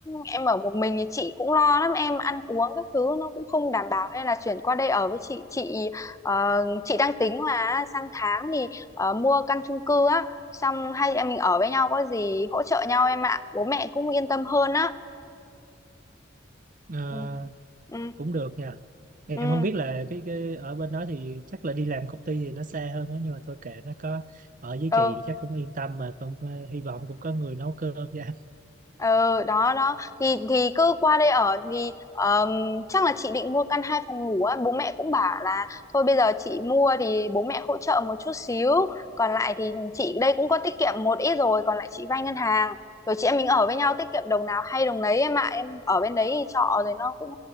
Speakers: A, on the left; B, on the right.
A: em ở một mình thì chị cũng lo lắm, em ăn uống các thứ nó cũng không đảm bảo hay là chuyển qua đây ở với chị. Chị ờ, chị đang tính là sang tháng thì ờ, mua căn chung cư á, xong hai chị em mình ở với nhau có gì hỗ trợ nhau em ạ. Bố mẹ cũng yên tâm hơn á.
B: Ờ,
A: Ừ. Ừ.
B: cũng được nha. em
A: Ừ.
B: không biết là cái, cái ở bên đó thì chắc là đi làm công ty thì nó xa hơn đó nhưng mà thôi kệ nó có ở với
A: ừ.
B: chị chắc cũng yên tâm mà cũng ờ, hy vọng cũng có người nấu cơm cho anh
A: ờ đó đó thì thì cứ qua đây ở thì ờm, chắc là chị định mua căn hai phòng ngủ á bố mẹ cũng bảo là thôi bây giờ chị mua thì bố mẹ hỗ trợ một chút xíu còn lại thì chị đây cũng có tiết kiệm một ít rồi còn lại chị vay ngân hàng rồi chị em mình ở với nhau tiết kiệm đồng nào hay đồng nấy em ạ em ở bên đấy thì trọ rồi nó cũng